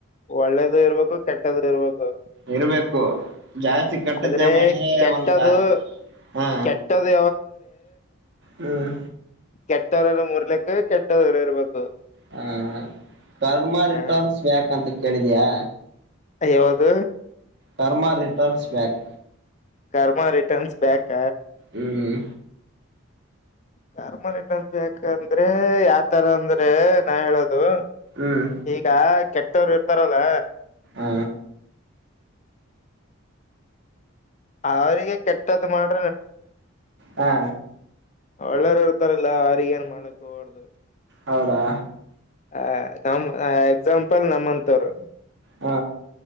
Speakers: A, on the left; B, on the right.
A: ಒಳ್ಳೇದು ಇರ್ಬೇಕು, ಕೆಟ್ಟ್ದು ಇರ್ಬೇಕು
B: ಇರ್ಬೇಕು ಜಾಸ್ತಿ ಕೆಟ್ಟದೆಮಾಡಿದ್ರೆ
A: ಆದ್ರೆ ಕೆಟ್ಟದು
B: ಒಂದು ಕ ಹಾ
A: ಕೆಟ್ಟದು
B: ಹ್ಮ್,
A: ಕೆಟ್ಟವ್ರರ ಮೂರ್ಲಿಕ್ಕ ಕೆಟ್ಟದರು ಇರ್ಬೇಕು.
B: ಹಾ, ಕರ್ಮ ರಿಟರ್ನ್ಸ್
A: ಹಾ
B: ಬ್ಯಾಕ್ಂತ ಕೇಳಿದಯಾ...
A: ಯವದು.
B: Karma returns back,
A: karma returns back,
B: ಹ್ಮ್
A: ಕರ್ಮರಿಟನ್ ಬಂದ್ರೆ ಯಾವತರ ಅಂದ್ರೆ ನಾ ಹೇಳೋದು, ಅದು
B: ಹ್ಮ್
A: ಈಗ ಕೆಟ್ಟವ್ರು ಇರ್ತಾರಲ್ಲ
B: ಹ್ಮ,
A: ಅವ್ರಿಗೆ ಕೆಟ್ಟದ್ದ್ ಮಾಡ
B: ಹಾ,
A: ಒಳ್ಳೆ ಮೂವರು ಇರ್ತಾರೆ ಅವರಿಗೇನು ಮಾಡು ಹೋಗಬಾರದು.
B: ಹೌದಾ
A: ಆ ನಮ ಎಕ್ಸಾಂಪಲ್ ನಮ್ಮಂತವರು.
B: ಹಾ,,